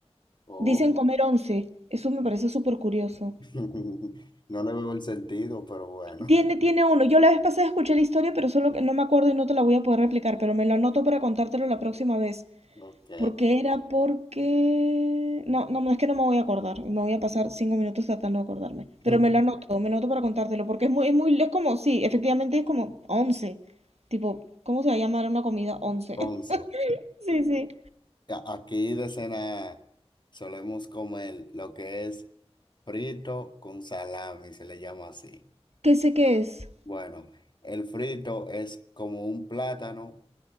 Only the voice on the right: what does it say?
Dicen comer once. Eso me parece súper curioso.
Tiene,
tiene uno. Yo la vez pasada escuché la historia, pero solo que no me acuerdo y no te la voy a poder replicar, pero me lo anoto para contártelo la próxima vez.
Porque era porque... No, no, no, es que no me voy a acordar. Me voy a pasar cinco minutos tratando de acordarme.
Pero me lo anoto, me lo anoto para contártelo, porque es muy, es muy, es como, sí, efectivamente es como once. Tipo, ¿cómo se va a llamar una comida once?
Sí, sí.
¿Qué sé qué es?